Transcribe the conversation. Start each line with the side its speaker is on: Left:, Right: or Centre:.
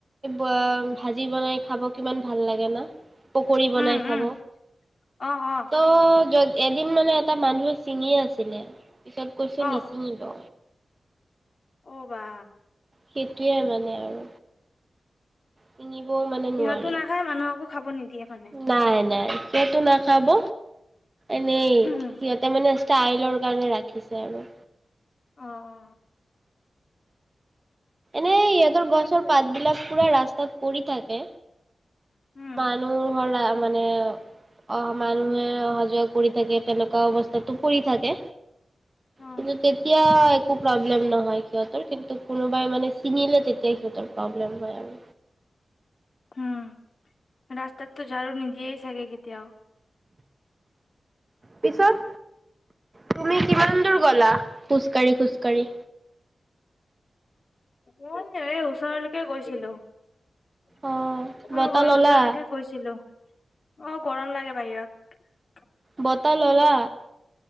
Right: ভাজি বনাই, খাব কিমান ভাল লাগে ন। পকৰি বনাই
Left: উম
Right: খাব
Left: উম অ অ
Right: ত য এদিন মানে এটা মানুহে ছিঙি আছিলে। পিছত কৰিছো
Left: অ
Right: নিচিঙিব।
Left: অ বা
Right: সেইটোৱে মানে আৰু কিঙিবও মানে নোৱাৰি
Left: ইহঁতো নাখায় মানুহকো খাব নিদিয়ে মানে
Right: নাই নাই সেতো নাখাব এনেই
Left: উম,
Right: সিহঁতে মানে ষ্টাইলৰ কাৰণে ৰাখিছে আৰু
Left: অ অ
Right: সেই ইহঁতৰ গছৰ
Left: কি কৰিব
Right: পাত বিলাক পুৰা ৰাস্তা তাত পৰি থাকে
Left: উম
Right: মানুহ হৰা মানে অহা মানুহে অহা যোৱা কৰি থাকে তেনেকুৱা অৱস্থাতটো পৰি থাকে
Left: অ
Right: কিন্তু তেতিয়া একো প্ৰব্লেম নহয় সিহঁতৰ কিন্তু কোনো নহয় মানে চিঙিলে তেতিয়া সিহঁতৰ প্ৰব্লেম হয় আৰু
Left: উম ৰাস্তাততো ঝাৰু নিদিয়ে চাগে কেতিয়াও
Right: পিছত তুমি কিমান দূৰ গলা খোজকাঢ়ি খোজকাাঢ়ি
Left: মই এই ওচৰলৈকে গৈছিলো আমাৰ
Right: অ বতাহ
Left: ঘৰৰ
Right: ললা
Left: ওচৰলৈকে গৈছিলো অ গৰম লাগে বাহিৰত
Right: বতাহ ললা